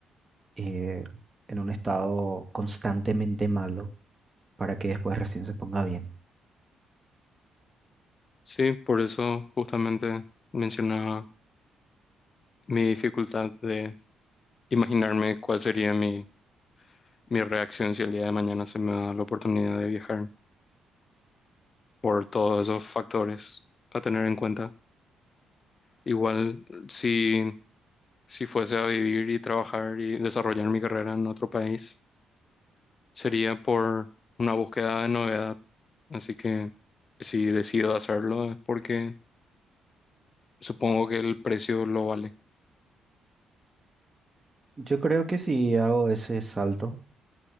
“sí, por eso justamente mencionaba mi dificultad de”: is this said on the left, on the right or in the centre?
Left